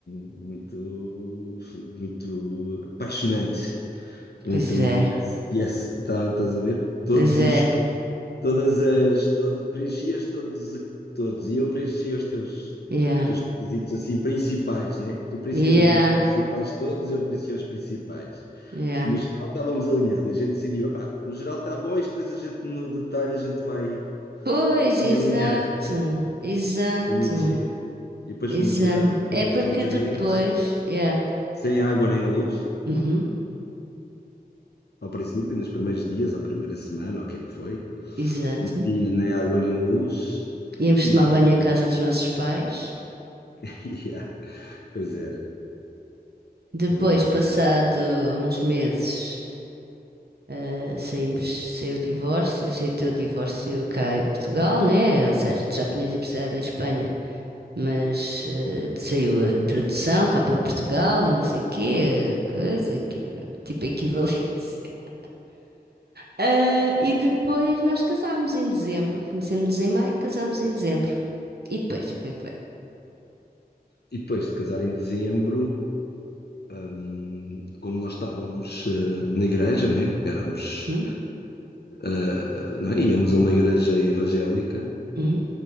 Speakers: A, on the left; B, on the right.
A: muito, muito apaixonante, muito
B: Pois é.
A: yes, yes, tá- estás a ver? Todos
B: Pois é.
A: os, todas as, todo, preenchias todos, todos, e eu preenchia os teus,
B: Yeah.
A: teus requisitos assim principais, né? Tu precisas
B: Yeah.
A: os meus principais todos, eu preenchia os principais.
B: Yeah.
A: No geral estávamos alinhados, a gente decidiu, epá, no geral está bom, e depois a gente no detalhe a gente vai,
B: Pois, exato.
A: vai alinhando.
B: Exato.
A: Foi muito giro. E depois
B: Exato.
A: fomos morar para
B: É
A: um
B: porque
A: apartamento
B: depois. Yeah.
A: sem água nem luz.
B: Uhum.
A: ao princípio, nos primeiros dias, à primeira semana, o que é que foi,
B: Exato.
A: e nem água nem luz,
B: Íamos
A: e,
B: tomar banho
A: e,
B: à casa dos nossos pais.
A: <laughs> e ah, pois era,
B: Depois,
A: foi muito engraçado.
B: passado uns meses. Eh, Saímos, saiu o divórcio, aceitou o divórcio cá em Portugal, né? Ou seja, tu já tinhas divorciado em Espanha, mas eh, saiu a tradução cá para Portugal e não sei o quê, eh, coisa, equi- tipo equivalência. <laughs> Ah, e depois nós casámos em dezembro, conhecemos-nos em maio, casámos em dezembro. E depois, como é que foi?
A: E depois de casar em dezembro, hum, como nós estávamos eh, na igreja, né? Éramos,
B: Hum?
A: eh, não é? Íamos a uma igreja evangélica.
B: Uhum,